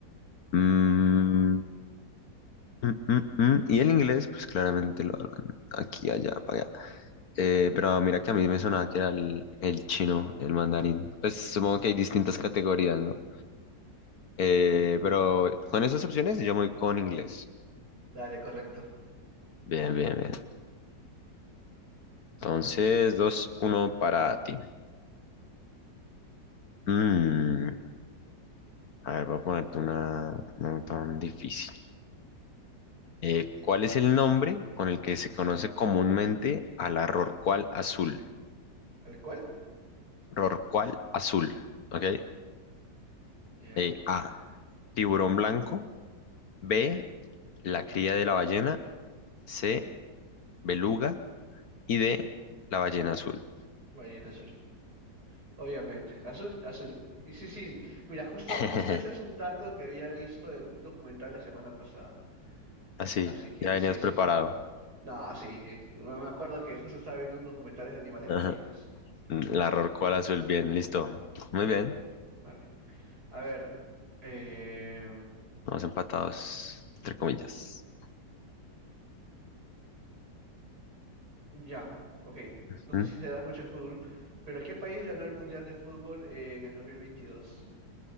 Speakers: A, on the left (about 60°); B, on the right (about 60°).
A: Mm, mm, mm, mm. Y el inglés, pues claramente lo hablan aquí, allá, para allá. Eh, pero mira que a mí me sonaba que era el, el chino, el mandarín. Pues supongo que hay distintas categorías, ¿no? Eh, pero con esas opciones yo me voy con inglés.
B: Dale, correcto.
A: Bien, bien, bien. Entonces, dos uno para ti. Mm, a ver, voy a ponerte una no tan difícil. Eh, ¿cuál es el nombre con el que se conoce comúnmente a la rorcual azul?
B: ¿Al cual?
A: Rorcual azul, ¿ok?
B: Ya.
A: Eh, A, tiburón blanco. B, la cría de la ballena. C, beluga. Y D, la ballena azul.
B: Ballena azul. Obviamente. Azul, azul. Y sí, sí. Mira, justo,
A: <laughs>
B: justo ese es un dato que había visto en un documental la semana pasada.
A: Así,
B: Así que,
A: ya venías
B: sí, sí,
A: preparado.
B: sí. No, sí, sí. Me me acuerdo que justo estaba viendo un documental de animales
A: <laughs>
B: marinos.
A: La rorco al azul, bien, listo. Muy bien,
B: Dale. A ver. eh,
A: vamos empatados, entre comillas.
B: Ya. Ok.
A: Mm,
B: No sé si será mucho de fútbol. Pero ¿qué país ganó el Mundial de Fútbol en el 2022?